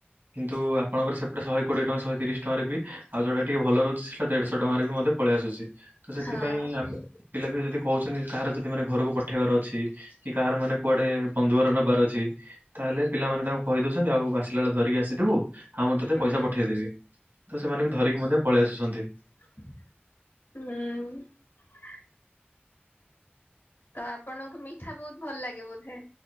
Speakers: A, on the right; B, on the left.
A: କିନ୍ତୁ ଆପଣଙ୍କର ସେ ଶହେ କୋଡ଼ିଏ ଟଙ୍କ ଶହେ ତିରିଶ ଟଙ୍କାରେ ବି ଆଉ ଯଉଟା ଟିକେ ଭଲ ରହୁଛି ସେଟା ଦେଢ଼ଶହ ଟଙ୍କାରେ ବି ମଧ୍ୟ ପଳେଇ ଆସଛି। ତ ସେଥିପାଇଁ
B: ହୁଁ
A: ଆମେ ପିଲା ବି ଯଦି କହୁଛନ୍ତି କାହାର ଯଦି ସେ ମାନେ ଘରକୁ ପଠେଇବାର ଅଛି କି କାହାର ମାନେ କୁଆଡ଼େ ବନ୍ଧୁ ଘର ନେବାର ଅଛି ତାହେଲେ ପିଲାମାନେ ତାଙ୍କୁ କହି ଦଉଛନ୍ତି ଆଉ ଆସିଲା ବେଳେ ଧରିକି ଆସିଥିବୁ। ଆଉ ମୁଁ ତତେ ପଇସା
B: ହୁଁ।
A: ପଠେଇଦେବି ତ ସେମାନେ ବି ଧରିକି ମଧ୍ୟ ପଳେଇ ଆସୁଛନ୍ତି।
B: ହୁଁ। ତ ଆପଣଙ୍କୁ ମିଠା ବହୁତ ଭଲ ଲାଗେ ବୋଧେ।